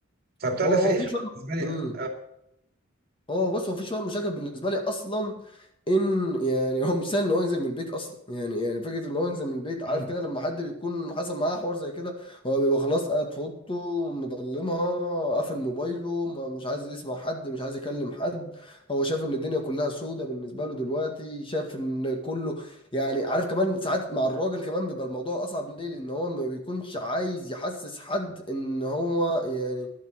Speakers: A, on the right; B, on the left.
A: فبتاع
B: هو
A: ده
B: هو
A: فايه
B: في شوية
A: بالنسبه لي
B: امم هو بص هو مفيش مشاكل بالنسبه لي اصلا ان يعني هو مش سهل ان هو ينزل من البيت اصلا يعني يعني فكره ان هو ينزل من البيت عارف
A: اقول
B: كده لما حد بيكون حصل معاه حوار زي كده هو بيبقى خلاص قاعد في اوضته مضلمها قافل موبايله ما مش عايز يسمع حد مش عايز يكلم حد هو شايف ان الدنيا كلها سودة بالنسبه له دلوقتي شايف ان كله يعني عارف كمان ساعات مع الراجل كمان بيبقى الموضوع اصعب ليه لان هو ما بيكونش عايز يحسس حد ان هو يعني